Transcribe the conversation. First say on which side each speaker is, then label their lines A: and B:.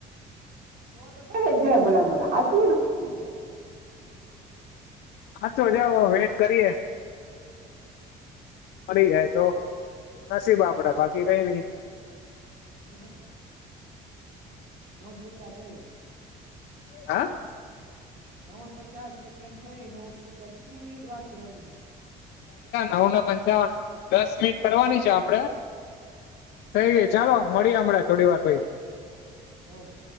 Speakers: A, on the right; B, on the left.
A: તો થાય જ ભલામણા આથું હોય તો બધું થઈ જાય.
B: હાચો જાઓ વેટ કરીએે. મળરી જાય તો નસીબ આપડા બાકી કઈ નઈ.
A: <inaudible> <unintelligible>
B: હા.
A: નવન પચાસ સેકન્ડ થઈ નવ પચાસ કેટલી મિનિટ વાત કરવાની છે.
B: નવને પંચાવન દસ મિનિટ. કરવાની છે આપડે થઈ ગઈ ચાલો મળીએ હમણા થોડી વાર. હોઈ.
A: હો.